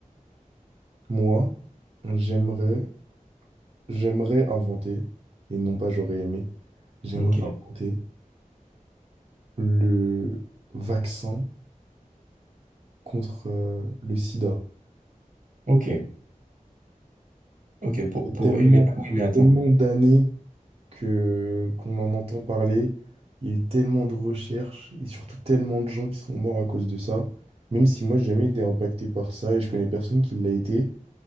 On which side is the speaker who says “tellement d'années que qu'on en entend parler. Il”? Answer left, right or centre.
Right